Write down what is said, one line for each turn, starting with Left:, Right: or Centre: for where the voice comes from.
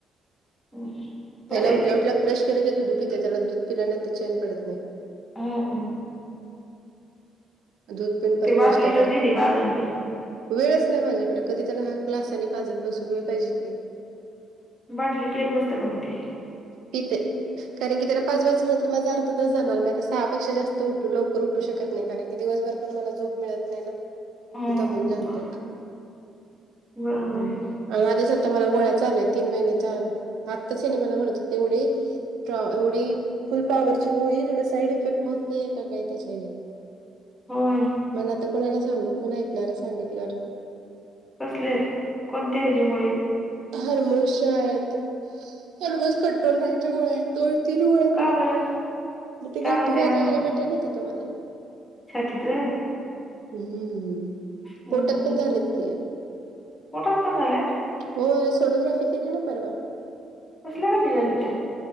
Left: <inaudible>
Right: पहिला
Left: आहे
Right: उठल्या
Left: ते
Right: उठल्या ब्रश केले की दुधू पितंय, त्याला दूध पिलं नायतर चैन पडत नाही
Left: हे बाई
Right: दूध पिऊन परत
Left: ते बाटली
Right: नाश्ता
Left: तर
Right: करतं.
Left: दिली का अजून बी
Right: वेळच नाही माझ्याकडे, कधी त्याला हा ग्लासानी पाजत बसू, वेळ पाहिजे की.
Left: बाटली पेत बसतं का मग ते?
Right: पितंय. कारण की त्याला पाजवायच म्हणजे माझा अर्धा तास जाणार, मी आता सहापेक्षा जास्त उठू लवकर उठू शकत नाही कारण की दिवसभर पण मला झोप मिळत नाही ना.
Left: हं
Right: मी दमून जाते,
Left: ब- बरोबर
Right: बाई.
Left: आहे
Right: आणि आधीच आता मला गोळ्या चालू आहेत, तीन महिन्याचा आत्ता ह्यानी मला म्हणत होते, एवढी का एवढी फुल पॉवरची गोळी आहे, तुला साईड इफेक्ट होत नाहीे का काय त्याच्याने?
Left: होय
Right: मला आता कोणाला सांगू, कोण ऐकणार आहे सांगितल्यावर.
Left: कसली, कोणते ह्याचे गोळी?
Right: हर्मोसच्या आहेत, हर्मोस कट्टोल राहायच्या गोळ्या आहेत, दोन तीन गोळ्या दिल्यात.
Left: का बरं
Right: मग ते
Left: काय
Right: गाठी
Left: होते
Right: व्हाय
Left: हार्मोन
Right: लागले म्हटले नाही का तुम्हाला?
Left: छातीत होय
Right: हम्म
Left: हम्म
Right: पोटात पण झालेत की
Left: पोटात पण झालेल्या
Right: होय सोनोग्राफी केली ना परवा
Left: कसल्या गाठी झाल्या त्या